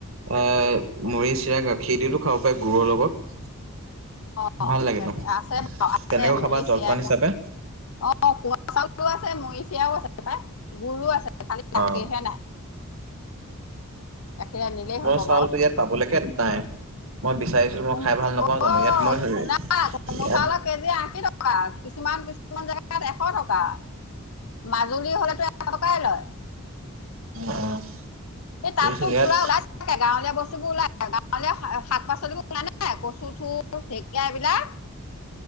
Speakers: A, on the right; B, on the left.
A: এ মুৰি চিৰা গাখীৰ দিলো খাব পাই গুৰৰ লগত।
B: অঁ
A: ভাল লাগেতো,
B: গাখীৰ আছে বাৰু আছে
A: তেনেকৈ
B: মুড়ি
A: খাবা জলপান
B: চিৰা এইবিলাক
A: হিচাপে।
B: অঁ কুঁৱা চাউলো আছে মৰিচাও আছোয় গুড়ো আছে খালি গাখীৰহে
A: অ
B: নাই। গাখীৰ আনিলেই হ'ব
A: মোৰ চাউলতো
B: বাৰু
A: ইয়াত পাবলৈকে নাই মই বিচাৰিছো- মই
B: কোম-
A: খাই ভাল নাপাওঁ
B: অ'
A: জানো ইয়াত মই,
B: শুনা কোমল
A: ইয়াত-
B: চাউলৰ কেজি আশী টকা কিছুমান কিছুমান জেগাত এশ টকা, মাজুলী হ'লেতো। <unintelligible> লয়
A: অ।
B: এ
A: বুজিছো
B: তাততো
A: ইয়াত
B: পুৰা ওলাই তাকে গাঁৱলীয়া বস্তুবোৰ ওলায়, গাঁৱলীয়া শ শাক পাচলিবোৰ ওলাই নাই কচু থুৰ ঢেঁকীয়া এইবিলাক